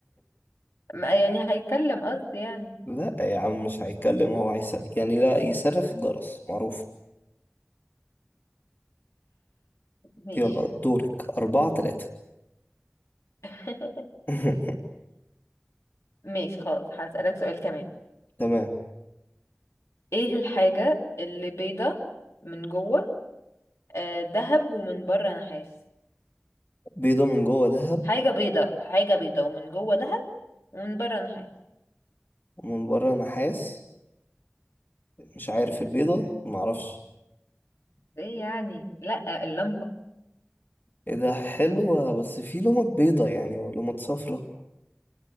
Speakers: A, on the left; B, on the left.
A: ما- يعني هيتكلم قصدي يعني
B: لا يا عم مش هيتكلم هو هيس يعني لا يصرخ الجرس معروف
A: ماشي
B: يلا دورك أربعة تلاتة
A: <laughs>
B: <laughs>
A: ماشي خالص هسألك سؤال كمان
B: تمام
A: ايه الحاجة اللي بيضة من جوه آه، دهب ومن بره نحاس
B: بيضة من جوه ذهب
A: حاجة بيضة حاجة بيضة ومن جوه دهب ومن بره نحاس
B: ومن بره نحاس مش عارف البيضة معرفش
A: ايه يعني لا اللمبة
B: ايه ده حلوة بس في لمط بيضة يعني ولمط صفرة